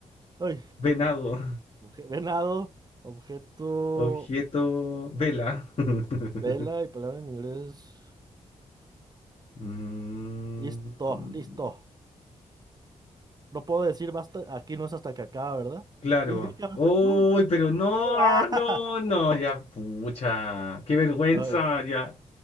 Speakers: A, on the right; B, on the left.
A: Ay,
B: venado,
A: Obje- venado, objeto,
B: objeto, vela. <laughs>
A: vela y palabra en inglés.
B: Mm,
A: Listo, listo. No puedo decir basta, aquí no es hasta que acaba, ¿verdad?
B: claro.
A: Y ya acabaste
B: Uy,
A: tú. sí,
B: pero no,
A: no, ah.
B: no, no, ya, pucha, qué vergüenza,
A: <laughs> A ver,
B: ya.